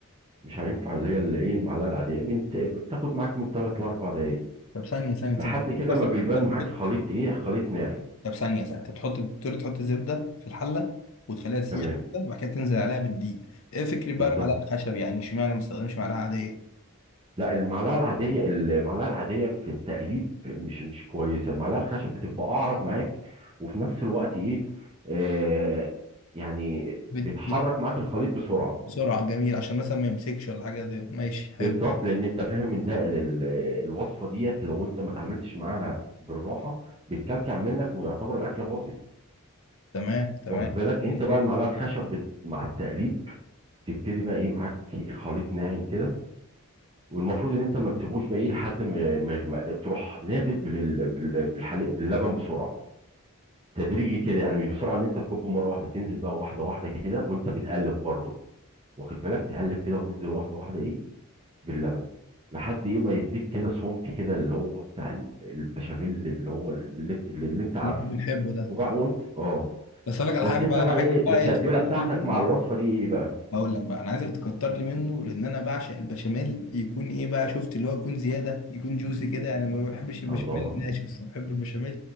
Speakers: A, on the right; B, on the left.
A: مش هينفع اللي هي اللي ايه المعلقه العاديه من بتاخد معاك من 3 ل 4 دقائق
B: طب ثانية ثانية
A: لحد
B: ثانية
A: كده
B: مثلا
A: ما بيبان
B: انت بتحط
A: معاك خليط ايه خليط ناعم
B: طب ثانية ثانية انت بتحط بتقول تحط الزبدة في الحلة وتخليها تسيح
A: تمام
B: كده، وبعد كده تنزل عليها بالدقيق ايه فكري بقى
A: بالظبط
B: المعلقة الخشب يعني اشمعنى ما استخدمش معلقة عادية؟
A: لا المعلقه العاديه المعلقه العاديه في التقليب مش مش كويسه المعلقه الخشب بتبقى اعرض معاك وفي نفس الوقت ايه آه يعني
B: بت...
A: بتحرك
B: بت...
A: معاك الخليط بسرعه
B: بسرعة جميل عشان مثلا ما يمسكش ولا حاجة زي ماشي
A: بالظبط
B: حلو
A: لان انت فاهم ان ده ال- الوصفه ديت لو انت ما اتعاملتش معاها بالراحه بتكلكع منك ويعتبر الاكله باظت
B: تمام تمام
A: واخد بالك
B: زي
A: انت
B: الفل
A: بقى المعلقه الخشب بت... مع التقليب تبتدي بقى ايه معاك خليط ناعم كده والمفروض ان انت ما تسيبوش بقى لحد ما ما يغمق تروح نازل بال... بال... بالحليب باللبن بسرعه تدريجي كده يعني مش بسرعه ان انت تكبه مره واحده تنزل بقى واحده واحده كده وانت بتقلب برضه واخد بالك تقلب كده وتنزل واحده واحده ايه باللبن لحد ايه ما يديك كده سمك كده اللي هو بتاع ال- البشاميل اللي هو اللي انت, اللي انت عارفه
B: اللي احنا بنحبه ده
A: وبقى وانت اه
B: بس اقول لك على
A: بس
B: حاجة
A: انت
B: بقى
A: بقى
B: انا
A: ايه
B: عايزك بقى
A: التتبيله
B: ايه تفكر
A: بتاعتك
B: لي
A: مع الوصفه دي ايه بقى
B: هقول لك بقى انا عايزك تكتر لي منه لان انا بعشق البشاميل يكون ايه بقى شفت اللي هو يكون زياده يكون جوسي كده انا ما بحبش البشاميل
A: الله
B: الناشف الصراحه بحب البشاميل